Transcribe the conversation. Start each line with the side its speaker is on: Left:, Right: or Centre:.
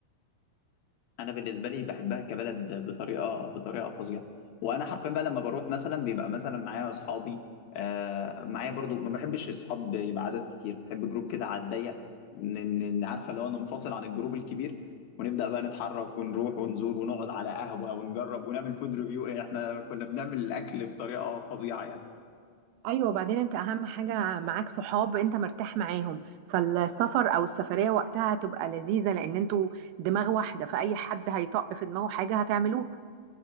Left: انا بالنسبه لي بحبها كبلد بطريقه بطريقه فظيعه وانا حرفيا بقى لما بروح مثلا بيبقى مثلا معايا اصحابي آه معايا برضو ما بحبش اصحاب يبقى عدد كتير بحب جروب كده على الضيق ن- ن- عارفه اللي هو ننفصل عن الجروب الكبير ونبدا بقى نتحرك ونروح ونزور ونقعد على قهوه ونجرب ونعمل فود ريفيو احنا كنا بنعمل الاكل بطريقه فظيعه يعني
Right: ايوه وبعدين انت اهم حاجه معاك صحاب انت مرتاح معاهم فالسفر او السفريه وقتها هتبقى لذيذه لان انتوا دماغ واحده فاي حد هيطق في دماغه حاجه هتعملوها